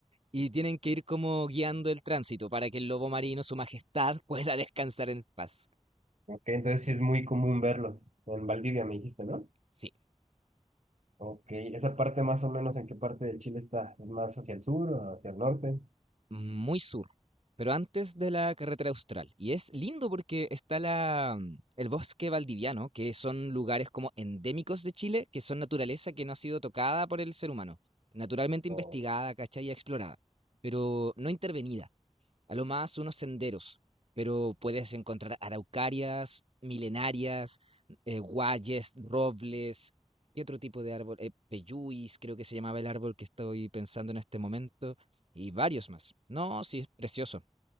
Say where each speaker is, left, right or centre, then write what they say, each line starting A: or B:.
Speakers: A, on the right; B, on the right.
A: y tienen que ir como guiando el tránsito para que el lobo marino, su majestad, <laughs> pueda descansar en paz.
B: Ok, entonces sí es muy común verlo. En Valdivia me dijiste, ¿no?
A: Sí.
B: Ok, ¿esa parte más o menos en qué parte de Chile está? ¿Es más hacia el sur o hacia el norte?
A: Muy sur, pero antes de la carretera austral. Y es lindo porque está la, mm, el bosque valdiviano, que son lugares como endémicos de Chile, que son naturaleza que no ha sido tocada por el ser humano, naturalmente
B: O,
A: investigada, ¿cachai? Y explorada, pero no intervenida. A lo más unos senderos, pero puedes encontrar araucarias, milenarias, eh, guayes, robles y otro tipo de árbol, eh, peyuis, creo que se llamaba el árbol que estoy pensando en este momento, y varios más. No, sí, es precioso,